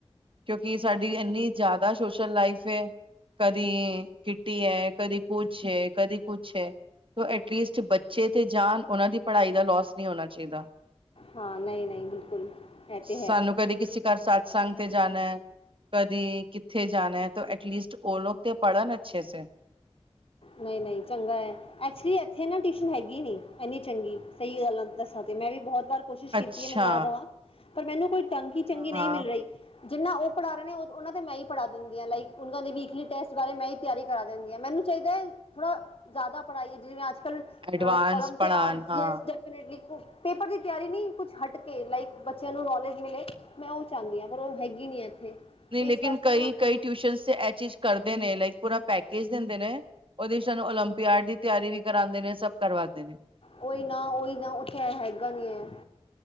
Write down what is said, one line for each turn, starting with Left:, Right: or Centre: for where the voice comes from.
Right: ਕਿਉਂਕਿ ਸਾਡੀ ਇੰਨੀ ਜ਼ਿਆਦਾ ਸੋਸ਼ਲ ਲਾਈਫ ਕਦੀ ਕਿੱਟੀ ਹੈ, ਕਦੀ ਕੁਛ ਹੈ, ਕਦੀ ਕੁਛ ਹੈ। ਐਟਲੀਸਟ ਬੱਚੇ ਤੇ ਜਾਣ ਉਹਨਾਂ ਦੀ ਪੜ੍ਹਾਈ ਦਾ ਲੋਸ ਨਹੀਂ ਹੋਣਾ ਚਾਹੀਦਾ।
Left: ਹਾਂ ਨਹੀਂ -ਨਹੀਂ ਬਿਲਕੁਲ। ਇਹ
Right: ਸਾਨੂੰ
Left: ਤੇ ਹੈ
Right: ਕਦੇ ਕਿਸੇ ਘਰ ਸਤਸੰਗ ਤੇ ਜਾਣਾ ਹੈ। ਕਦੀ ਕਿੱਥੇ ਜਾਣਾ ਹੈ ਤਾਂ ਐਟਲੀਸਟ ਉਹ ਲੋਕ ਤੇ ਪੜ੍ਹਨ ਅੱਛੇ ਸੇ।
Left: ਨਹੀਂ -ਨਹੀਂ ਚੰਗਾ ਹੈ। ਐਕਚੁਲੀ ਇੱਥੇ ਨਾ ਟਿਊਸ਼ਨ ਹੈਗੀ ਨੀ ਇੰਨੀ ਚੰਗੀ ਸਹੀ ਗੱਲਾਂ ਤੇ ਮੈਂ ਵੀ ਬਹੁਤ ਵਾਰ ਕੋਸ਼ਿਸ਼ ਕੀਤੀ
Right: ਅੱਛਾ
Left: ਹੈ ਮੈਂ ਲਾ ਦੇਵਾਂ ਪਰ ਮੈਨੂੰ ਕੋਈ ਟੰਕੀ ਚੰਗੀ
Right: ਹਾਂ
Left: ਨਹੀਂ ਮਿਲ ਰਹੀ ਜਿੰਨਾ ਉਹ ਪੜ੍ਹਾ ਰਹੇ ਨੇ ਉਹਨਾਂ ਤੇ ਮੈਂ ਹੀ ਪੜ੍ਹਾ ਦਿੰਦੀ ਆ ਲਾਈਕ ਉਹਨਾਂ ਦੇ ਵੀਕਲੀ ਟੈਸਟ ਬਾਰੇ ਮੈਂ ਤਿਆਰੀ ਕਰਾ ਦਿੰਦੀ ਹੈ ਮੈਨੂੰ ਚਾਹੀਦਾ ਹੈ ਥੋੜਾ ਜ਼ਿਆਦਾ ਪੜ੍ਹਾਈਏ ਜਿਵੇਂ ਅੱਜ ਕੱਲ੍ਹ
Right: ਐਡਵਾਂਸ
Left: ਅ ਓਲਪਿਕ
Right: ਪੜ੍ਹਾਨ
Left: ਆਰਟ
Right: ਹਾਂ
Left: ਪੇਪਰ ਦੀ ਤਿਆਰੀ ਨਹੀਂ ਕੁਛ ਹਟ ਕੇ ਬੱਚਿਆਂ ਨੂੰ ਕੁਛ ਹਤ ਕੇ ਮਿਲੇ ਮੈਂ ਉਹ ਚਾਹੁੰਦੀ ਹਾਂ ਪਰ ਉਹ ਹੈਗੀ ਨੀ ਆ ਇੱਥੇ
Right: ਨਹੀਂ
Left: ਤੇ
Right: ਲੇਕਿਨ
Left: ਇਸ ਵਾਸਤੇ
Right: ਕਈ
Left: ਨਾ ਮੈਂ
Right: ਕਈ
Left: ਖੁਦ ਹੀ
Right: ਟਿਊਸ਼ਨ ਇਹ ਚੀਜ਼ ਕਰਦੇ ਨੇ ਲਾਈਕ ਪੂਰਾ ਪੈਕੇਜ ਦਿੰਦੇ ਨੇ ਉਹਦੀ ਸਾਨੂੰ ਓਲੰਪੀਆਡ ਦੀ ਤਿਆਰੀ ਵੀ ਕਰਾਉਂਦੇ ਨੇ ਸਭ ਕਰਵਾਂਦੇ ਨੇ।
Left: ਉਹੀ ਨਾ ਉਓਹੀ ਨਾ ਉੱਥੇ ਹੈਗਾ ਨਹੀਂੀ ਹੈ।